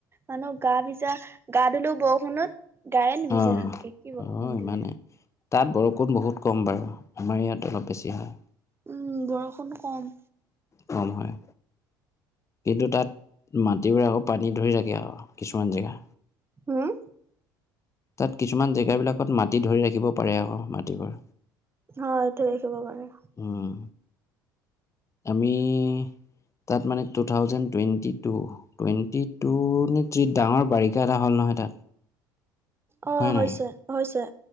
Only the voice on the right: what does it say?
মানুহ গা ভিজা গা ধুলো বৰষুণত। গায়ে নিবিজল
ভালকে কি বৰষূণ
দিলে।
উম বৰষুণ কম।
হুম?
অঁ ধৰি ৰাখিব পাৰে।
অ
হৈছে
হৈছে।